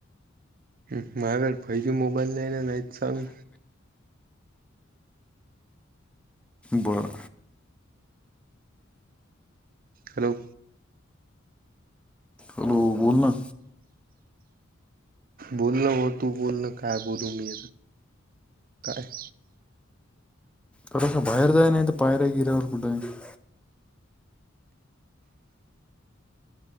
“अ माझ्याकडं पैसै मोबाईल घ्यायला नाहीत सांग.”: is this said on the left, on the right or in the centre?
Right